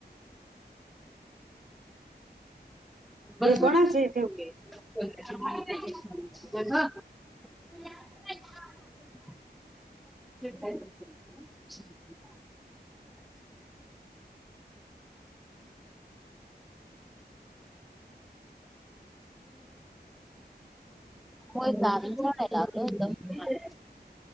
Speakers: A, in the centre; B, on the right (about 50°).
A: बाई
B: हे कोणाच
A: कोणाचे
B: आहे
A: हे ठेवले? <unintelligible> <unintelligible> <unintelligible> <unintelligible> <unintelligible> हो गावी सोडायला आलो